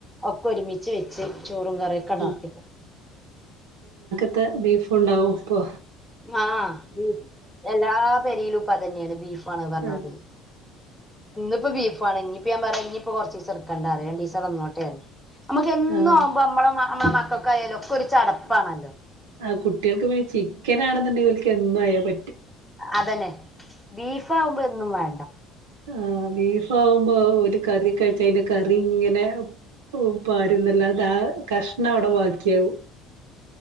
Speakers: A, in the centre; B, on the right.
A: ഒക്കൊരുമിച്ച് വെച്ച് ചോറും കറിയൊക്കെണ്ടാക്കി
B: ഉം
A: വെക്കും
B: ത്തെ ബീഫ്ണ്ടാവും പ്പൊ
A: ആഹ് ബീഫ് എല്ലാ പെരയിലും ഇപ്പോ അതന്നെയാണ് ബീഫാണ് പറഞ്ഞമാതിരി
B: ആഹ്
A: ഇന്നിപ്പൊ ബീഫാണ് ഇനിയിപ്പോ ഞാൻ പറ ഇനിയിപ്പൊ കൊറചീസം ഇടുക്കണ്ട പറയ് രണ്ടീസം അവിടെന്നോട്ടെ പറയ് നമ്മുക്ക് എന്നു
B: ആഹ്
A: ആവുമ്പോ നമ്മളെ നമ്മളെ മക്ക കയലക്കെ ഒരു ചടപ്പാണല്ലോ
B: ആ കുട്ട്യേൾക്ക് പിന്നെ ചിക്കനാണെന്നുണ്ടെങ്കിൽ ഓൽക്ക് എന്തായാ പ
A: അതന്നെ ബീഫ് ആവുമ്പൊ എന്നും വേണ്ട
B: ആ ബീഫാവുമ്പോ ഒരു കറി കഴിച്ചയിന്റെ കറിങ്ങന ആ പാരുന്നല്ലാ തെആ കഷ്ണവടെ ബാക്കിയാവും